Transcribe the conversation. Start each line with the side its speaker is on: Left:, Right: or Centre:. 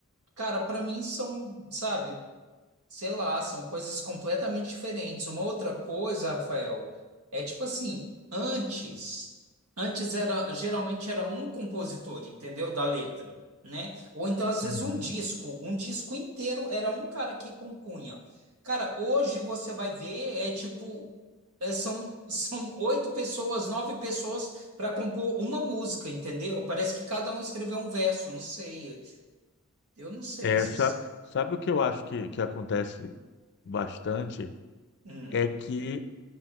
Right: cara, para mim são, sabe? sei lá, são coisas completamente diferentes. Uma outra coisa, Rafael, é tipo assim, antes, antes era geralmente era um compositor, entendeu? Da letra, né? Ou então às vezes
Left: Uhum.
Right: um disco, um disco inteiro era um cara que compunha. Cara, hoje você vai ver é tipo é, São, <laughs> são oito pessoas, nove pessoas para compor uma música, entendeu? Parece que cada um escreveu um verso, não sei. Eu não sei
Left: É,
Right: se.
Left: sabe, sabe o que eu acho que, que acontece bastante?
Right: Hum.
Left: É que